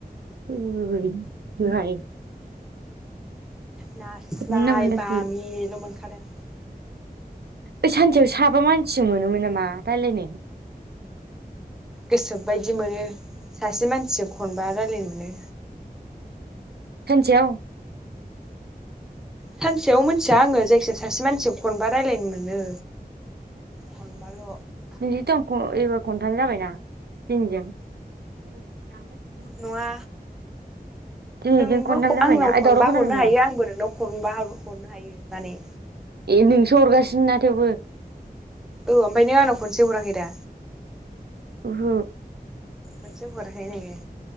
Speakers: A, on the right; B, in the centre.
A: थैदोहाय।
B: नास्राय
A: जानला मोनलासो
B: बामि ल' मोनखादों
A: ओइ सानसेयाव साबा मानसिजों मोनोमोन नामा रायलायनो?
B: गोसोबायदि मोनो सासे मानसिजों खनबा रायलायनो मोनो
A: सानसेयाव?
B: सानसेयाव मोनथिया आङो जायखिया सासे मानसिजों खनबा रायलायनो मोनो खनबाल'
A: बिदि दंख' एबार खनथाम जाबायना दिनैजों उम हो?
B: नङा
A: दिनैजों
B: नोंबो
A: खनथाम जाबायना
B: आंनाव
A: ओइ
B: खनबा
A: दावराव खोनादों
B: हरनो
A: नामा
B: हायो आंबो नोंनाव खनबा हरनो हायो माने
A: ए नोंसो हरगासिनो ना थेवबो
B: औ ओमफ्राय नों आंनाव खनसे हराखै दा?
A: ओहो।
B: खनसेबो हराखै नोङो।